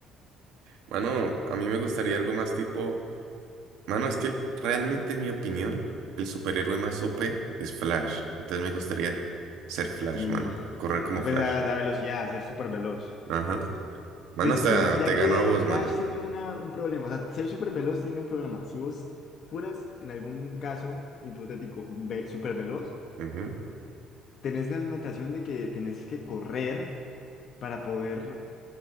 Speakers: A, on the right; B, on the left.
A: Mano, a mí me gustaría algo más tipo. Mano, es que realmente, en mi opinión, el superhéroe más OP es Flash. Entonces me gustaría ser Flash,
B: Sí,
A: mano. Correr
B: eh,
A: como
B: pues
A: Flash.
B: a la velocidad, a ser súper veloz.
A: Ajá. Mano,
B: Pues
A: hasta
B: es que mira
A: te gano
B: que
A: a vos,
B: Flash
A: mano.
B: tiene una, un problema, o sea, ser súper veloz tiene un problema. Si vos fueras, en algún caso hipotético, ve, súper veloz,
A: Ujú.
B: tenés la limitación de que tenés que correr para poder